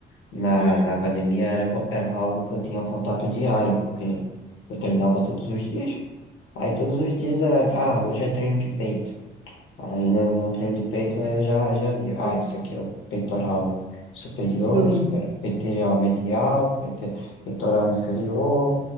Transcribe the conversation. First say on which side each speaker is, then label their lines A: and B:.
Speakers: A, on the left; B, on the right.
A: na,
B: Uhum,
A: na academia era, go- era algo que eu tinha contato diário, porque eu treinava todos os dias. Aí todos os dias era, ah, hoje é treino de peito. Aí no, no treino de peito aí eu já, já via, ah,
B: uhum.
A: isso aqui é o peitoral superior,
B: Sim.
A: super- peitoral medial, peito- peitoral inferior,